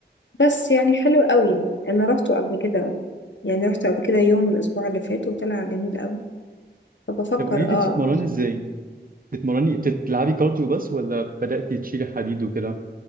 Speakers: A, on the left; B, on the right.
A: بس يعني حلو قوي يعني انا روحته قبل كده يعني روحته قبل كده يوم الاسبوع اللي فات وطلع جميل قوي فبفكر
B: طب قولي لي
A: اه
B: بتتمرني ازاي بتتمرني بتلعبي كارديو بس ولا بدأتي تشيلي حديد وكده